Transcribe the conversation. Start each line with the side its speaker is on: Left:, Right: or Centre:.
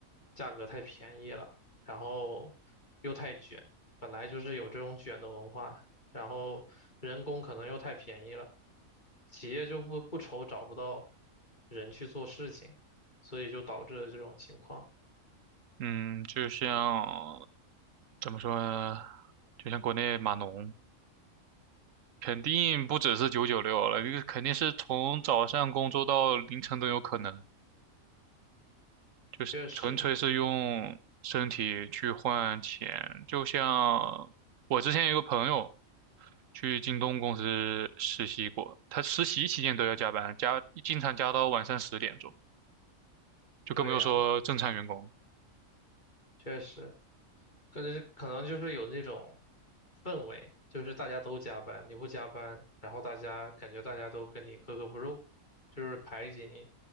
Left: 价格太便宜了，然后又太卷，本来就是有这种卷的文化，然后人工可能又太便宜了，企业就不不愁找不到人去做事情，所以就导致了这种情况。
Right: 嗯，就像怎么说呢，就像国内码农，肯定不只是九九六了，这个肯定是从早上工作到凌晨都有可能。就是纯粹是用身体去换钱，
Left: 确实，
Right: 就像我之前有个朋友去京东公司实习过，他实习期间都要加班，加经常加到晚上十点钟，就更不用说正常员工。
Left: 对呀，确实。可能是可能就是有那种氛围，就是大家都加班，你不加班，然后大家感觉大家都跟你格格不入，就是排挤你。